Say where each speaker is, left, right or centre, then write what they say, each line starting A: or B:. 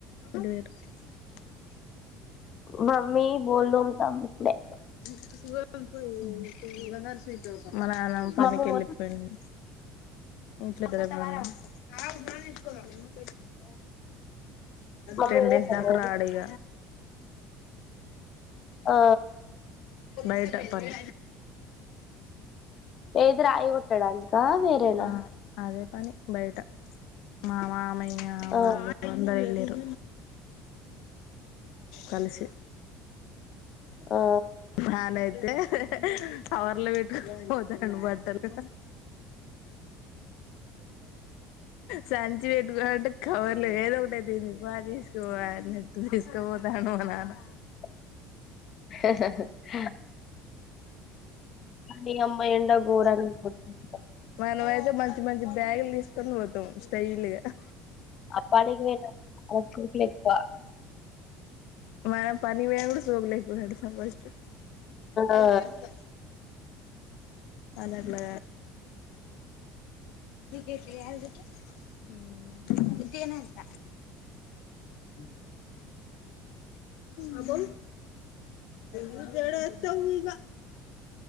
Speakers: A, on the left; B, on the left.
A: ఇడివేరు చత
B: మమ్మీ బోల్ తోముతాంది ఇప్పుడే
A: అ <unintelligible> స పోయి <unintelligible> మా నాన్న పనికి
B: మమ్మీ
A: వెళ్ళిపోయిండు
B: మొత్తం
A: ఇట్ల కద <unintelligible>
B: మమ్మీ
A: టెన్ డేస్
B: వేరేది
A: దాకా రాడిగ
B: ఆ
A: బయట పని
B: ఏదిర అయి గొట్టడానికా వేరేనా
A: ఆ అదే పని బయట మా మామయ్య
B: ఆ
A: వాళ్ళు అందరూ వెళ్ళ కలిసి
B: ఆ
A: నానైతే కవర్లో పెట్టుకుని పోతాండు బట్టలు సంచి పెట్కొ అంటే కవర్లు ఏదో ఒకటి అయితేంది పా తీసుకపోవాలనట్టు తీసుకుపోతాండు మా నాన్న
B: <inaudible> హ హా హ నీయమ్మ ఏండ గోరంగ గోడతాంది
A: మనమయితే మంచి మంచి బ్యాగులు తీసుకొని పోతాం స్టైల్ గా అ
B: అప్పానికి పోయిన వర్షాలు ఎక్కువ
A: మనం పనికి పోయినపుడు సోకులెక్కువ పెడతాం ఫస్ట్ క
B: ఆ
A: <unintelligible> లాట్లా విరికెట్ ఎ <unintelligible> ఇంతేనంట
B: అ
A: అబో నువ్ జడేస్తావు ఇగ